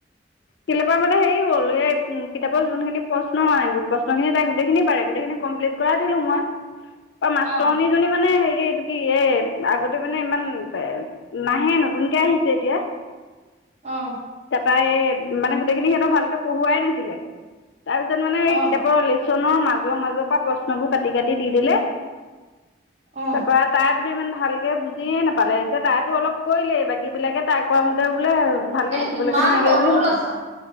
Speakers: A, on the left; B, on the right.
A: কেলে বা মানে হেৰি হল, এই উ কিতাপৰ যোনখিন প্ৰশ্ন মানে প্ৰশ্ন খিনি তাই গোটেইখিনি পাৰে গোটেইখিনি। কমপ্লিট কৰাই দিলোঁ মই। বা মাষ্টৰণীজনী
B: অ
A: মানে হেৰি এইটো কি এ আগতে মানে ইমান এ নাহে ন। নতুনকে আহিছে এতিয়া,
B: অ
A: তাৰপা এই। সেইখিনি সিহতক ভালকে পঢ়ুৱাই নাছিলে তাৰ পিছত মানে এই
B: অ
A: কিতাপৰ ল। মাজৰ মাজৰ পৰা প্ৰশ্নবোৰ কাটি কাটি দি দিলে
B: অ
A: তাৰ পৰা তাৰ তাই। ইমান ভালকে বুজিয়ে নাপালে এতিয়া তাইতো অলপ কৰিলেই বাকী বিলাকে তাই কৰোৱা মতে বোলে। ভালকে
B: এ
A: লিখিবলৈ
B: ইমান
A: কে নোৱাৰিলে
B: সৰু
A: বুলি কৈছে।
B: ল'ৰা